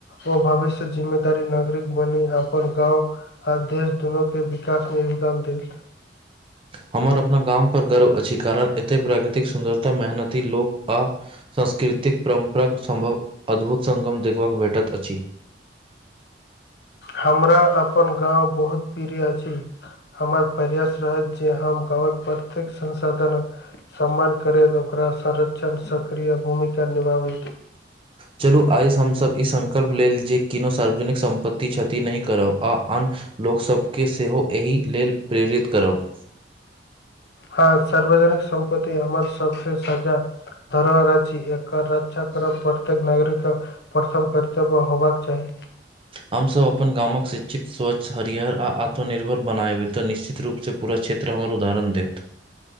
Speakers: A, on the left (about 60°); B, on the right (about 30°).
A: ओ भविष्य जिम्मेदारी नागरिक बनी अपन गाँव आ देश दुनू के विकास मे योगदान देत
B: हमर अपना गाम पर गर्व अछि कारण एते प्राकृतिक सुन्दरता मेहनती लोक आ सांस्कृतिक परम्पराके सम्भव अद्भुत संगम देखबाक भेटैत अछि
A: हमरा अपन गाँव बहुत प्रिय अछि हमर प्रयास रहत जे हम गाँवक प्रत्येक संसाधन सम्मान करैत ओकरा संरक्षण सक्रिय भूमिका निभाबैत
B: चलू आइ हमसभ ई संकल्प लेल जे किनो सार्वजनिक सम्पत्ति क्षति नहि करब आ आन लोकसभकेँ सेहो एहि लेल प्रेरित करब
A: हँ सार्वजनिक सम्पति हमर सबसे सजा धरोहरा छी एकर रक्षा करब प्रत्येक नागरिक प्रथम करर्तव्य होबाक चाही
B: हमसभ अपन गामक शिक्षित स्वच्छ हरिहर आ आत्मनिर्भर बनाबै तऽ निश्चित रूपसँ पूरा क्षेत्र हमर उदाहरण देत